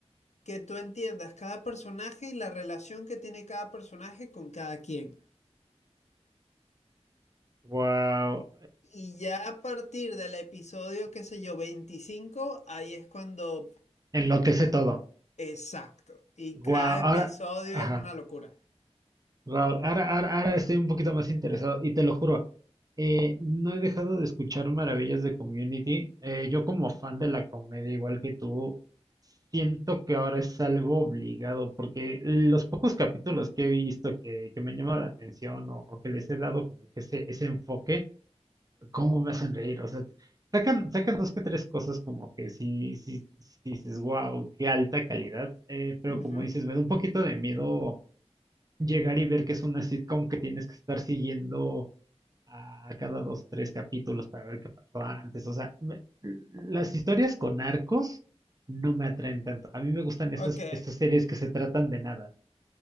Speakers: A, on the left (about 85°); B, on the right (about 35°).
A: que tú entiendas cada personaje y la relación que tiene cada personaje con cada quien.
B: Wow,
A: Y ya a partir del episodio, qué sé yo, 25 ahí es cuando
B: Enloquece todo.
A: Exacto. Y cada
B: Guau,
A: episodio
B: ahora,
A: es
B: ajá,
A: una locura.
B: Raúl, ahora, ahora, ahora estoy un poquito más interesado y te lo juro, eh, no he dejado de escuchar maravillas de Community. Eh, yo como fan de la comedia, igual que tú, siento que ahora es algo obligado porque los pocos capítulos que he visto que, que me han llamado la atención o, o que les he dado como que ese, ese enfoque, ¿Cómo me hacen reír? O sea, sacan, sacan dos que tres cosas como que sí, sí, sí dices, wow, qué alta calidad. eh, pero
A: Ujú.
B: como dices, me da un poquito de miedo llegar y ver que es una sitcom que tienes que estar siguiendo a cada dos, tres capítulos para ver qué pasó antes. O sea, me- las historias con arcos no me atraen tanto. A mí me gustan
A: Ok,
B: esas, esas series que se tratan de nada.